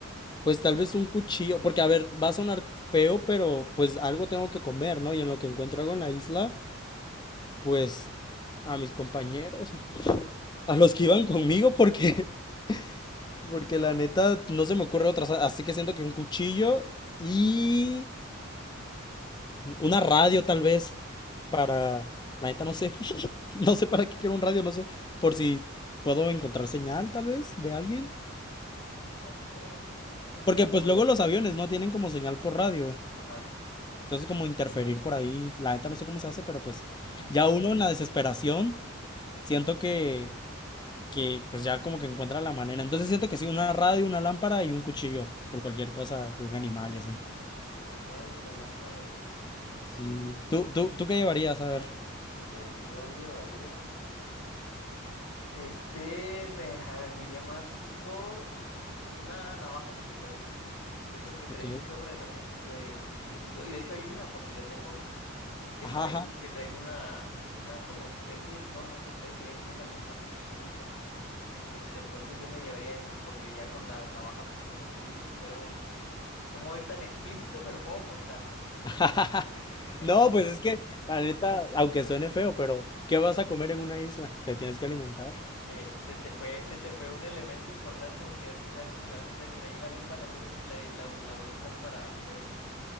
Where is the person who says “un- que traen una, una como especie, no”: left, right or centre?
Left